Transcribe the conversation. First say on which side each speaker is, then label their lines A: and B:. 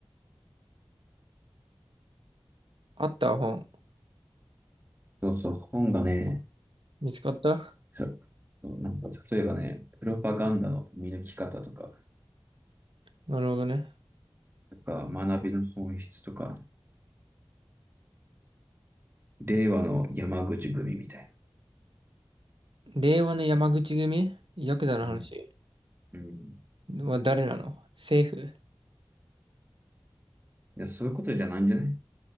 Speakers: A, on the right (about 70°); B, on the right (about 20°).
A: あった本。
B: そうそう、本がね、
A: 見つかった
B: そうそうなんか例えばね、プロパガンダの見抜き方とか、
A: なるほどね。
B: とか学びの本質とか、令和の山口組みたい
A: 令和の山口組ヤクザの話
B: な。うん。うん。い
A: は誰なの政府
B: や、そういうことじゃないんじゃない